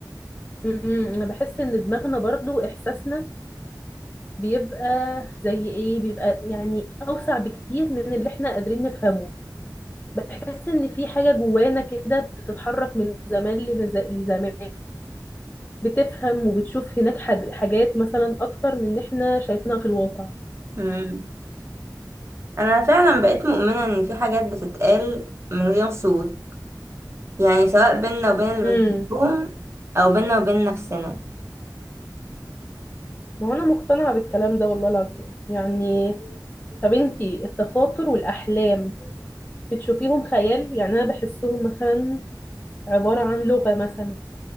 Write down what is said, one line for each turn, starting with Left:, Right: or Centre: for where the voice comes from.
Left: أمم، أنا بحس ان دماغنا برضو احساسنا بيبقى زي ايه بيبقى يعني اوسع بكتير من اللي احنا قادرين نفهمه بحس ان في حاجة جوانا كده بتتحرك من زمان لمز- لزمان بتفهم وبتشوف هناك حد- حاجات مثلا اكتر من ان احنا شايفينها في الواقع
Right: امم انا فعلا بقيت مؤمنة ان في حاجات بتتقال من غير صوت يعني سواء بينا وبين اللي
Left: امم
Right: بنحبهم او بينا وبين نفسنا
Left: ما هو انا مقتنعة بالكلام ده والله العظيم يعني طب انتي التخاطر والأحلام بتشوفيهم خيال يعني أنا بحسهم مثلا عبارة عن لغة مثلا